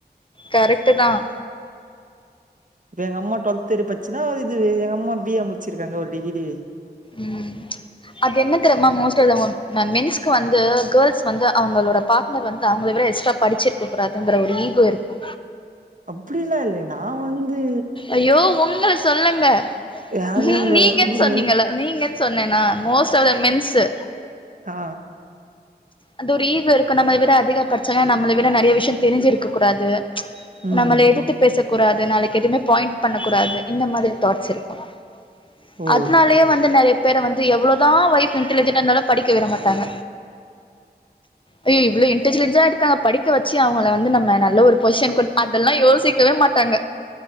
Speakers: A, on the left (about 30°); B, on the right (about 50°).
A: கரெக்ட் தான்
B: இப்ப எங்க அம்மா டுவெல்த் வரபடுச்சிருந்தா ஒரு இது எங்க அம்மா பி ஏ முடிச்சிருக்காங்க ஒரு டிகிரி
A: ம் அது என்ன தெரியுமா மோஸ்ட் மென்ஸ்க்கு வந்து கேர்ள்ஸ் வந்து அவங்களோட பார்ட்னர் வந்து அவங்கள விட எக்ஸ்ட்ரா படிச்சிருக்க கூடாதுங்கிற ஒரு ஈகோ இருக்கு
B: அப்படிலா இல்ல நான் வந்து
A: ஐயோ உங்கள சொல்லங்க
B: யா
A: நீ
B: நீங்க
A: நீங்கன்னு
B: வந்து
A: சொன்னீங்கள
B: மென்
A: நீங்கன்னு சொன்னேன்னா மோஸ்ட் ஆஃப் த மென்ஸு
B: ஆ
A: அந்த ஒரு ஈகோ இருக்கு நம்மள விட அதிக படிச்சங்க நம்மள விட நறைய விஷய தெரிஞ்சுருக்க கூடாது
B: ஆ ம்
A: நம்மள எதிர்த்து பேச கூடாது நாளைக்கு எதுமே பாயிண்ட் பண்ணக்கூடாது இந்த மாரி தாட்ஸ் இருக்கு
B: ஓ
A: அதனாலயே வந்து நறைய பேர வந்து இது எவ்வளோ தான் வைப் இன்டலிஜென்ட் இருந்தாலு படிக்க விட மாட்டாங்க அய்யோ இவ்வளவு இன் இன்டலிஜன்ட்டா இருக்காங்க படிக்க வச்சு அவங்கள வந்து நம்ம நல்ல ஒரு பொசிஷன் அதெல்லா யோசிக்கவே மாட்டாங்க